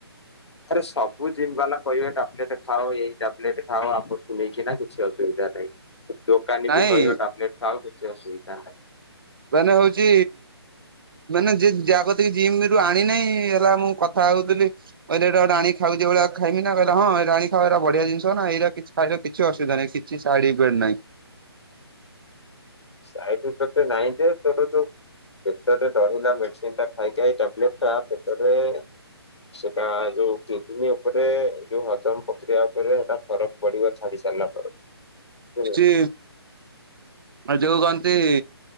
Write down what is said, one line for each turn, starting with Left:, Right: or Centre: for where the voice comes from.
Left: ଆରେ ସବୁ ଜିମ୍ ବାଲା କହିବେ ଟାବ୍ଲେଟ ଖାଓ ଏଇ ଟାବ୍ଲେଟ ଖାଓ ଆମଠୁ ନେଇକି ନା କିଛି ଅସୁବିଧା ନାହିଁ ଦୋକାନୀ
Right: ନାଇଁ
Left: ବି କହିବ ଟାବ୍ଲେଟ ଖାଓ କିଛି ଅସୁବିଧା ନାହିଁ।
Right: ମାନେ ହଉଛି ମାନେ ଯେ ଯାହାକତିକି ଜିମ୍ ରୁ ଆଣି ନାହିଁ। ମୁଁ କଥା ହଉଥିଲି। କିହିଲି ଏଇଟା ଗୋଟେ ଖାଉ ଯେ ଭଳିଆ ଖାଇମି ନା କହିଲା ହଁ ଏଇଟା ଆଣିକି ଖାଓ ଏଇଟା ବଢିଆ ଜିନିଷ ନା ଏଇରା କିଛି ଖାଇ ର କିଛି ଅସୁବିଧା ନାହିଁ। କିଛି ସାଇଡଇଫେକ୍ଟ ନାହିଁ।
Left: ସାଇଡଇଫେକ୍ଟ ନାହିଁ ଯେ ତୋର ଯୋଉ ପେଟରେ ଡହୁନା ମେଡିସିନ ଟା ଖାଇ ଖାଇ ଟାବ୍ଲେଟ୍ ପେଟରେ ସେଟା ଯୋଉ କିଡନୀ ଉପରେ ଯୋଉ ହଜମ ପ୍ରକ୍ରିୟା ଉପରେ ସେଇଟା ଫରକ ବଢିବା ଛାଡି ସାରିଲା ପରେ। ବୁଝିଲୁ
Right: ଯେ ମାନେ ଯୋଉ କହନ୍ତି।